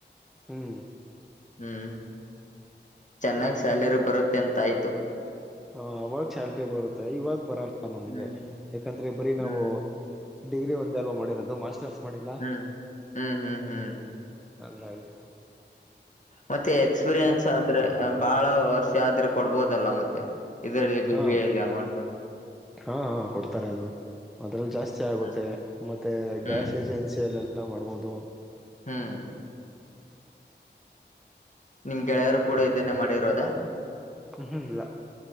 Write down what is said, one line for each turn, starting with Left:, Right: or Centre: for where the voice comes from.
Centre: ಹ್ಮಞೂ
Left: ಹ್ಮ್ ಚೆನ್ನಾಗ್ ಸ್ಯಾಲರಿ ಬರುತ್ತೆ ಅಂತ ಆಯ್ತು
Centre: ಹ ಅವಾಗ ಚಲ್ಟಿ ಬರುತ್ತೆ ಇವಾಗ ಬರಲ್ಲ ನಮ್ಗೆ
Left: ಹ್ಮ್
Centre: ಯಾಕಂದ್ರೆ ಬರೀ
Left: ಹ್ಮ್
Centre: ನಾವು ಡಿಗ್ರಿ ಒಂದ ಅಲ್ವಾ ಮಾಡಿರೋದು ಮಾಸ್ಟರ್ಸ್ ಮಾಡಿಲ್ಲ
Left: ಹ್ಮ್ ಹ್ಮ್ ಹ್ಮ್ ಹ್ಮ್
Centre: ಹ ಹಾಗಾಗಿ
Left: ಮತ್ತೆ ಎಕ್ಸ್ಪೀರಿಯನ್ಸ್ ಆದ್ರೆ ಬಹಳ ವರ್ಷ ಆದ್ರೆ ಕೊಡ್ಬೋದಲ್ಲ ಮತ್ತೆ ಇದರಲ್ಲಿ ಬಿ
Centre: ಹಾ
Left: ಬಿ ಐ ಅಲ್ಲಿ ಅಮೌಂಟ್
Centre: ಹಾ ಕೊಡ್ತಾರೆ ಅದು ಅದ್ರಲ್ಲಿ ಜಾಸ್ತಿ ಆಗುತ್ತೆ
Left: ಹ್ಮ್
Centre: ಮತ್ತೆ
Left: ಹ್ಮ್
Centre: ಗ್ಯಾಸ್ ಏಜೆನ್ಸಿ ಸೇಲೆ ಎಲ್ಲ ಮಾಡ್ಬೋದು
Left: ಹ್ಮ್ ನಿಮ್ ಗೆಳೆಯರು ಕೂಡ ಇದನ್ನೇ ಮಾಡಿರೋದ
Centre: ಞ ಹ್ಞೂ ಇಲ್ಲ